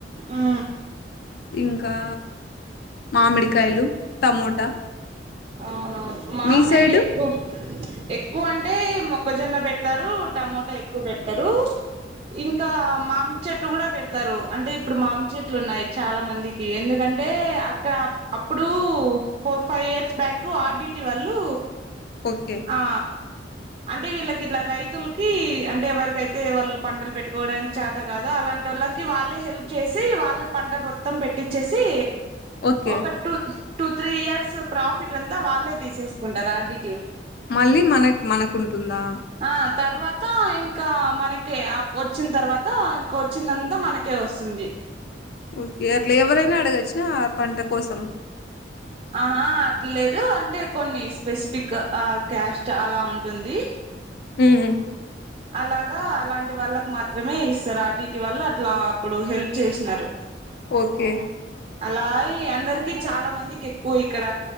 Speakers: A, on the right; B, on the left.
A: ఆ
B: ఇంకా మామిడికాయలు టమోటా
A: అ మా
B: మీ
A: సైడ్
B: సైడు?
A: ఎక్కువ ఎక్కువ అంటే మొక్కజొన్న పెడతారు టమోటా ఎక్కువ పెడతారు ఇంకా మాం చెట్లు కూడా పెడతారు అంటే ఇప్పుడు మామి చెట్లు ఉన్నాయి చాలా మందికి ఎందుకంటే అక్కడ అప్పుడు ఫోర్ ఫైవ్ ఇయర్స్ బ్యాకు ఆర్డిటీ వాళ్ళు
B: ఓకే.
A: ఆ అంటే వీళ్ళకి ఇట్లా రైతులకి అంటే ఎవరికైతే వాళ్ళు పంటలు పెట్టుకోవడానికి చాత కాదు అలాంటి వాళ్ళకి వాళ్ళే హెల్ప్ చేసి వాళ్ళ పంట మొత్తం పెట్టిచ్చేసి
B: ఓకే.
A: ఒక టటు టూ త్రీ ఇయర్స్ ప్రాఫిట్ అంతా వాళ్ళే తీసేసుకుంటారు అది
B: మళ్ళీ మన మనకుంటుందా
A: ఆ తర్వాత ఇంకా మనకే ఆ వచ్చిన తర్వాత ఇంకొచ్చిందంతా మనకే వస్తుంది
B: ఓకే అట్లా ఎవరైనా అడగొచ్చినా ఆ పంట కోసం
A: ఆహా అట్లేదు అంటే కొన్ని స్పెసిఫిక్ ఆ క్యాస్ట్ అలా ఉంటుంది
B: మ్మ్ హు
A: అలాగా అలాంటి వాళ్ళకు మాత్రమే ఇస్తారు ఆర్ డీటి వాళ్ళు అట్లా అప్పుడు హెల్ప్ చేసినారు
B: ఓకే
A: అలా <unintelligible> అందరికి చాలా మందికి క్కు ఇక్కడ